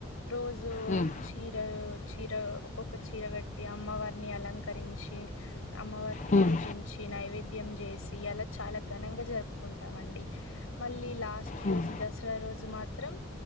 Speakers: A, on the left (about 85°); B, on the left (about 35°).
A: రోజు
B: హ్మ్.
A: చీరలు చీర ఒక్కొక్క చీర కట్టి అమ్మవారిని అలంకరించి అమ్మవారి
B: హ్మ్. హ్మ్.
A: పూజించి నైవేద్యం చేసి అలా చాలా ఘనంగా జరుపుకుంటా మండి మళ్ళీ లాస్ట్
B: హ్మ్.
A: రోజు దసరా రోజు మాత్రం